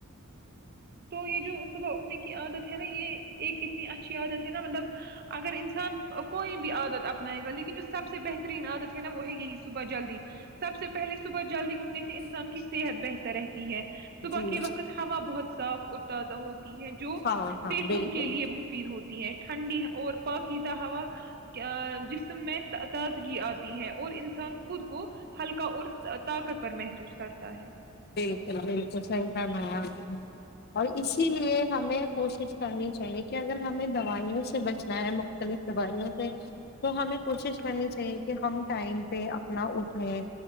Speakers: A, on the right (about 45°); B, on the left (about 45°).
A: تو یہ جو صبح اٹھنے کی عادت ہے نا یہ ایک اتنی اچھی عادت ہے نا مطلب اگر انسان کوئی بھی عادت اپنائے گا لیکن جو سب سے بہترین عادت ہے نا وہ ہے یہی صبح جلدی سب سے پہلے صبح جلدی اٹھنے سے انسان کی صحت بہتر رہتی ہے صبح
B: جی،
A: کے وقت ہوا بہت <unintelligible> صاف اور تازہ ہو <unintelligible> ہے جو
B: ہاں، ہاں،
A: فھیفڑوں
B: بالکل،
A: کے لیے مفید ہوتی ہے <unintelligible> ٹھنڈی اور پاکیزہ ہوا جسم میں تازگی آتی ہے اور انسان خود کو ہلکا اور طاقت پر محسوس کرتا ہے <unintelligible>
B: بالکل بالکل صحیح فرمایا اور اسی لیے ہمیں کوشش کرنی چاہیے کہ اگر ہمیں دوائیوں سے بچنا ہے مختلف دوائیوں سے تو ہمیں کوشش کرنی چاہیے کہ ہم ٹائم پہ اپنا اٹھیں